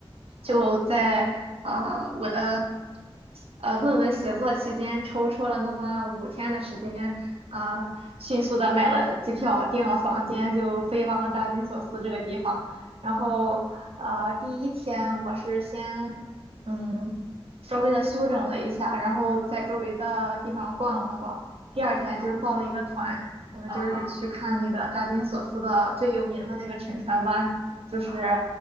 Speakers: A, on the right; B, on the right.
A: 就在啊，我的呃论文写作期间抽出了那么五天的时间，啊，迅速的买了机票，订了房间，就飞往了大金索斯这个地方。然后呃，第一天我是先嗯稍微的休整了一下，然后在周围的地方逛了逛。第二天就是报了一个团，
B: 啊
A: 我们就是去看那个扎金索斯的最有名的那个沉船湾。
B: 啊哈
A: 就是
B: 啊